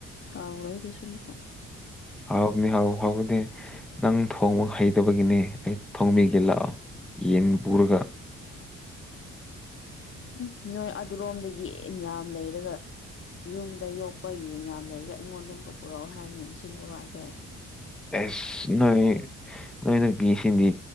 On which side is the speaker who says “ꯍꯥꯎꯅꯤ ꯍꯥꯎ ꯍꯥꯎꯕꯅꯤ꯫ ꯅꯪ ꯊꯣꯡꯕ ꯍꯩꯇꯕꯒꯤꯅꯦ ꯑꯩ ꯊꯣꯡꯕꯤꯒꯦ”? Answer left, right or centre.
Centre